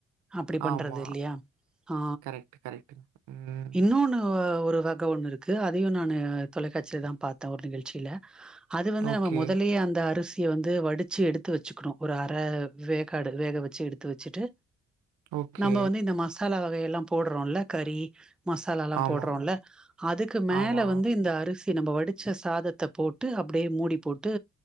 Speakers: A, in the centre; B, on the right.
A: அப்டி பண்றது
B: ஆமா.
A: இல்லையா ஆ
B: கரெக்ட், கரெக்ட்டுங்க. ம்.
A: இன்னொன்னு ஒரு க ஒண்ணு இருக்கு அதையு நானு தொலைக்காட்சியில தா பாத்தேன் ஒரு நிகழ்ச்சியில அது வந்து
B: ஓகே,
A: நம்ம அப்டியே அந்த அரிசிய வந்து வடிச்சு எடுத்து வெச்சுக்கணு ஒரு அர வேக்காடு வேக வெச்சு எடுத்து வெச்சுட்டு
B: ஓகே.
A: நாம்ப வந்து இந்த மசாலா வகையெல்லா போட்றோல்ல கறி மசாலல்லா
B: ஆமா,
A: போடுறோல்ல அதுக்கு மேல
B: ஆமா.
A: வந்து இந்த அரிசி நம்ம வடிச்ச சாதத்த போட்டு அப்டியே மூடி போட்டு